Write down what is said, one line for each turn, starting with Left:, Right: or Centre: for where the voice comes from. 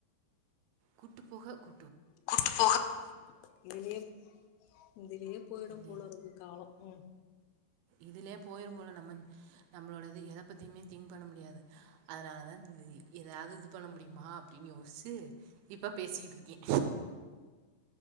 Right: கூட்டு போக கூ
Left: <unintelligible> இதுலயே இதுலயே போய்டு
Right: இது
Left: போல இருக்கு காலோ உம்
Right: இதுலயே போய்ரு போல நம்ம நம்மளோடது எத பத்தியுமே திங்க் பண்ண முடியாது அதனாலதா <unintelligible> எதயாது இது பண்ண முடியுமா அப்டின்னு யோஸ்ச்சு இப்ப பேசிக்கிட் இருக்கே